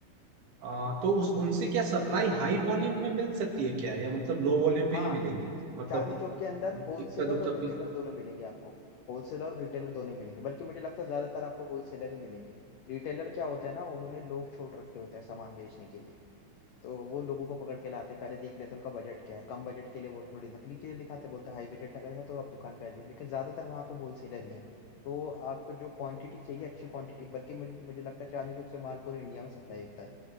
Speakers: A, on the right (about 65°); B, on the left (about 85°).
A: आ, तो उस उनसे क्या सप्लाई हाई वॉल्यूम में मिल सकती है क्या या मतलब लो वॉल्यूम पे
B: हाँ
A: ही मिलेगी मतलब
B: चांदनी चौक के अंदर होलसेलर
A: इक्का दुक्का
B: और रिटेलर
A: पे
B: दोनों मिलेंगे आपको होलसेलर और रिटेलर दोनों मिलेंगे बल्कि मुझे लगता है ज्यादातर आपको होलसेलर ही मिलेंगे रिटेलर क्या होता है ना उन्होंने लोग छोड़ रखे होते हैं सामान बेचने के लिए तो वो लोगों को पकड़ के लाते हैं पहले देख लेते हैं उनका बजट क्या है कम बजट के लिए वो थोड़ी नकली चीजें दिखाते हैं, बोलते हैं हाई बजट अगर है तो आप दुकान पे आ जाइए लेकिन ज्यादातर वहाँ पे होलसेलर ही हैं तो आपको जो क्वांटिटी चाहिए अच्छी क्वांटिटी बल्कि मुझे मुझे लगता है चांदनी चौक से माल पूरे इंडिया में सप्लाई होता है